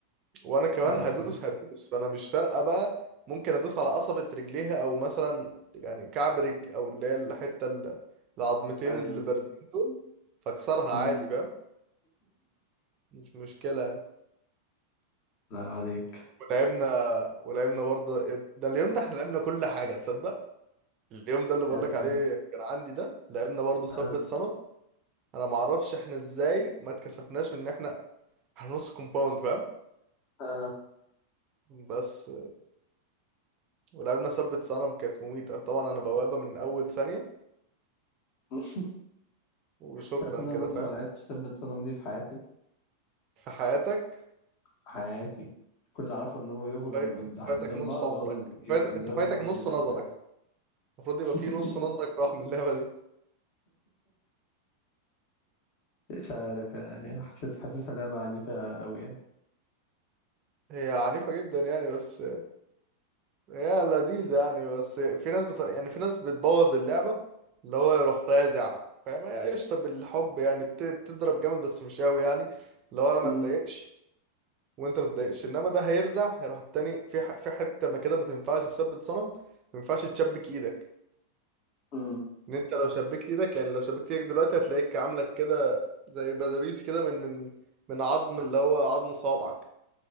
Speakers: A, on the right (about 35°); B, on the left (about 40°).
A: وانا كمان
B: لا لا
A: هدوس هدوس فانا مش فارقه بقى ممكن ادوس على قصبة رجليها او مثلا يعني كعب رجل او اللي هي الحته ال- العظمتين
B: ايوه
A: اللي بارزين دول فاكسرها
B: امم
A: عادي فاهم مش مشكله يعني.
B: لا عليك
A: ولعبنا ولعبنا برضه ده اليوم ده احنا لعبنا كل حاجه تصدق اليوم ده اللي بقولك
B: لعبت
A: عليه
B: ايه
A: كان عندي ده لعبنا برضه
B: اه
A: ثبت صنم انا معرفش احنا ازاي ما اتكسفناش من ان احنا احنا نص كومباوند فاهم
B: اه
A: بس ولعبنا ثبت صنم كانت مميته طبعا انا بوابه من اول ثانيه
B: <laughs>
A: وشكرا
B: تعرف ان انا
A: كده
B: برضه
A: فاهم
B: ما لعبتش ثبت صنم دي في حياتي
A: في حياتك
B: في حياتي كل اللي اعرفه ان هم يقفوا جنب
A: فايت
B: قد-
A: انت
B: قدام
A: فايتك نص
B: بعض ويقعدوا
A: عمرك
B: ي-
A: فايت...
B: يضربوا
A: انت فايتك
B: بعض
A: نص
B: باللفات
A: نظرك المفروض
B: <laughs>
A: يبقى في نص نظرك راح من اللعبة دي
B: مش عارف يعني حسيت حاسسها لعبة عنيفة قوي يعني
A: هي عنيفة جدا يعني بس هي لذيذة يعني بس في ناس بت... يعني في ناس بتبوظ اللعبة اللي هو يروح رازع فاهم هي قشطة بالحب يعني بت... بتضرب جامد بس مش قوي يعني اللي هو انا ما
B: امم
A: اتضايقش وانت ما تضايقش انما ده هيرزع هيروح التاني في ح... في حتة ما كده ما تنفعش في ثبت صنم ما ينفعش تشبك ايدك
B: امم
A: ان انت لو شبكت ايدك يعني لو شبكت ايدك دلوقتي هتلاقيك عامله كده زي بلابيس كده من من من عظم اللي هو عظم صوابعك